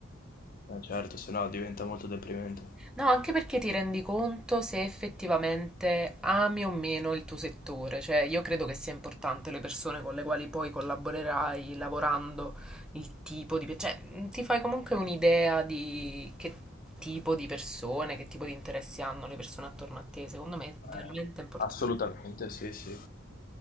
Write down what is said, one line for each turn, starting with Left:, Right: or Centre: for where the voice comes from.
Left: Eh, certo, se no diventa molto deprimente.
Centre: No, anche perché ti rendi conto se effettivamente ami o meno il tuo settore. Cioè, io credo che sia importante le persone con le quali poi collaborerai lavorando, il tipo di... pe- Cioè, mh, ti fai comunque un'idea di che tipo di persone, che tipo di interessi hanno le persone attorno a te. Secondo me è
Left: Eh,
Centre: veramente importante.
Left: assolutamente, sì, sì.